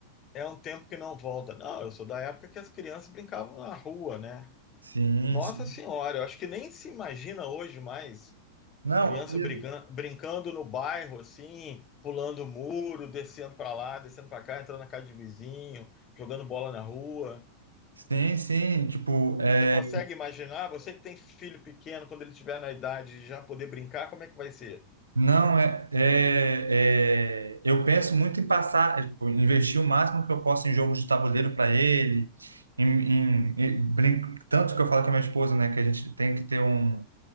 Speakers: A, on the left; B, on the right.
A: é um tempo que não volta. Não, eu sou da época que as crianças brincavam na rua, né?
B: Sim,
A: Nossa
B: sim.
A: Senhora, eu acho que nem se imagina hoje mais
B: Não,
A: criança
B: e-
A: brigan- brincando no bairro, assim, pulando muro, descendo para lá, descendo para cá, entrando na casa de vizinho, jogando bola na rua.
B: sim, sim. Tipo, é,
A: Você consegue imaginar? Você que tem filho pequeno, quando ele tiver na idade de já poder brincar, como é que vai ser?
B: não, é, é, é- eu penso muito em passar, é, tipo, investir o máximo que eu posso em jogos de tabuleiro para ele. Em, em- em brin- tanto que eu falo com a minha esposa, né, que a gente tem que ter um